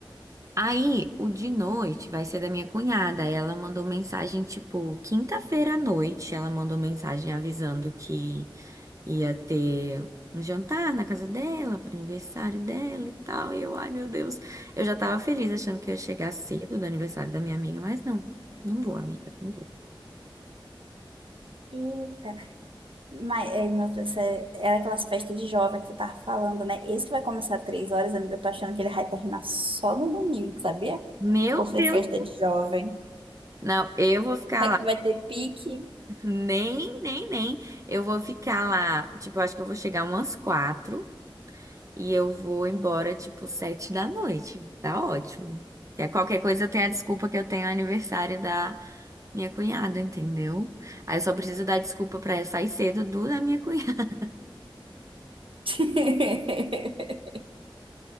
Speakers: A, on the right; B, on the right.
A: Aí, o de noite vai ser da minha cunhada. Ela mandou mensagem, tipo, quinta-feira à noite, ela mandou mensagem avisando que Ia ter um jantar na casa dela, para aniversário dela e tal. E eu, ai meu Deus, eu já tava feliz achando que ia chegar cedo do aniversário da minha amiga, mas não, não vou, amiga, não vou.
B: Eita. Mas, é, meu Deus, essa- era aquelas festas de jovem que tu tava falando, né? Esse que vai começar às três horas, amiga, eu tô achando que ele vai terminar só no domingo, sabia?
A: Meu
B: Por ser
A: Deus,
B: festa de jovem.
A: não, eu vou ficar
B: Será que
A: lá,
B: vai ter pique?
A: nem, nem, nem. Eu vou ficar lá, tipo, eu acho que eu vou chegar umas quatro e eu vou embora, tipo, sete da noite. Tá ótimo. Que é qualquer coisa eu tenho a desculpa que eu tenho aniversário da minha cunhada, entendeu? Aí eu só preciso dar desculpa pra ela sair cedo do da minha cunhada.
B: <laughs>